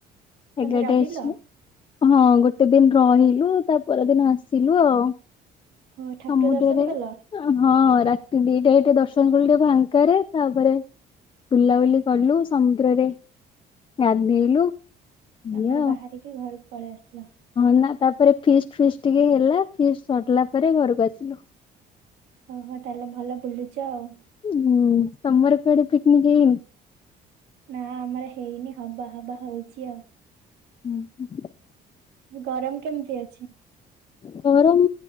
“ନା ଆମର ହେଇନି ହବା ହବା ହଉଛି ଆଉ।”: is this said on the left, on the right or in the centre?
Right